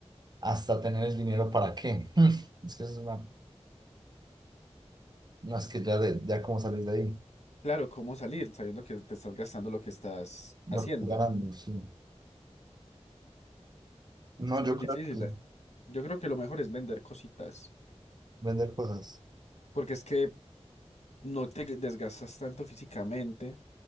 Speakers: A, on the right; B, on the left.
A: hasta tener el dinero para qué. Mm, Es que eso es una, no, es que ya, de, ya como sales de ahí,
B: claro, cómo salir sabiendo que te estás gastando lo que estás
A: lo
B: haciendo?
A: que tú ganando, sí. No,
B: Es muy
A: yo
B: difícil.
A: creo que
B: eh. Yo creo que lo mejor es vender cositas,
A: vender cosas,
B: porque es que no te desgastas tanto físicamente.